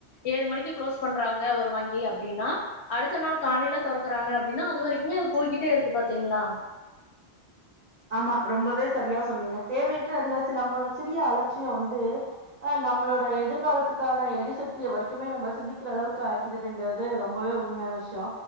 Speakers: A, on the left (about 80°); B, on the right (about 55°).
A: ஏழு மணிக்கு க்ளோஸ் பண்றாங்க ஒரு வங்கி அப்டின்னா அடுத்த நாள் காலையில தொறக்குறாங்க அப்டின்னா அது வரைக்குமே அது போய்கிட்டே இருக்கு பாத்தீங்களா
B: ஆமா ரொம்பவே சரியா சொன்னீங்க தேவையற்று இருந்தாச்சு நம்மளோட சிறிய அலட்சிய வந்து ஆ நம்மளோட எதிர்காலத்துக்கான எரிசக்திய வரைக்குமே நம்ம சிந்திக்கிற அளவுக்கு ஆக்கிடுதுங்கிறது ரொம்பவே உண்மையான விஷ்ய